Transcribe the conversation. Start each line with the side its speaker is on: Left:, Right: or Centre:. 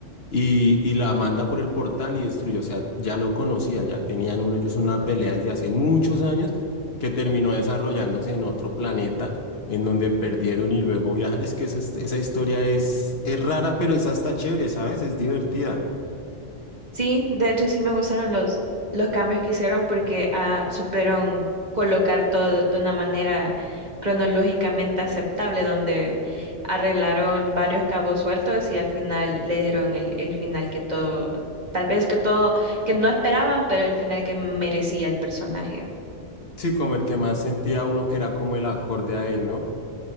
Left: y, y la manda por el portal y destruyó. O sea, ya lo conocía, ya tenían uno, ellos una pelea desde hace muchos años que terminó desarrollándose en otro planeta en donde perdieron y luego viajan. Es que esa, es- esa historia es, es rara, pero es hasta chévere, ¿sabes? Es divertida.
Right: Sí, de hecho sí me gustaron los, los cambios que hicieron porque ah, supieron colocar todo de una manera cronológicamente aceptable, donde arreglaron varios cabos sueltos y al final le dieron el, el final que todo, tal vez que todo, que no esperaban, pero el final que merecía el personaje.
Left: Sí, como el que más sentía uno que era como el acorde a él, ¿no?